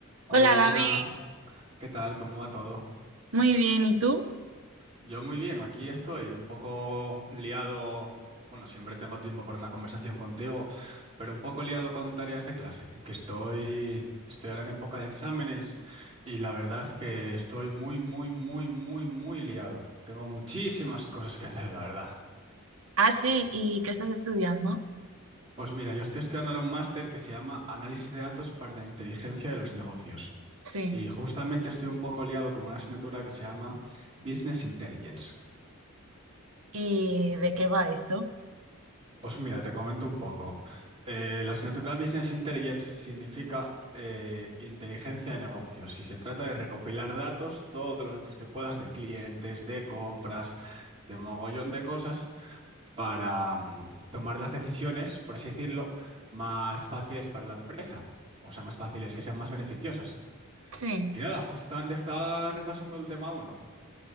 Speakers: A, on the right; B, on the right.
A: Hola
B: Hola David,
A: Elena, ¿qué tal? ¿Cómo va todo?
B: muy bien, ¿y tú?
A: Yo muy bien, aquí estoy un poco liado, bueno, siempre tengo tiempo para una conversación contigo, pero un poco liado con tareas de clase, que estoy, estoy ahora en época de exámenes y la verdad que estoy muy, muy, muy, muy, muy liado. Tengo muchísimas cosas que hacer, la verdad.
B: Ah, sí, ¿y qué estás estudiando?
A: Pues mira, yo estoy estudiando ahora un máster que se llama Análisis de Datos para la Inteligencia de los Negocios
B: Sí,
A: y justamente estoy un poco liado con una asignatura que se llama Business Intelligence.
B: ¿Y de qué va eso?
A: Pues mira, te comento un poco. Eh, la asignatura Business Intelligence significa eh, inteligencia de negocios y se trata de recopilar datos, todos los datos que puedas de clientes, de compras, de mogollón de cosas para mm, tomar las decisiones, por así decirlo, más fáciles para la empresa. O sea, más fáciles, que sean más beneficiosas.
B: sí.
A: Y nada, justamente estaba repasando el tema uno.